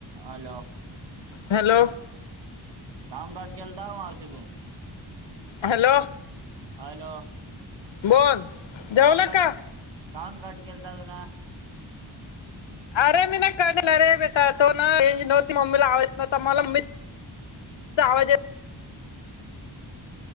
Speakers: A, on the right; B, on the left.
A: Hello
B: hello
A: काम काट केेलं द मशीथून
B: हॅलो
A: हॅलो
B: बोल जेवला
A: काांगट
B: का
A: कान काड केलता तु ना
B: अरे मी ना कडेल अरे बेटा तो ना नव्हती मम्मीला आव न तर मला मित आवाज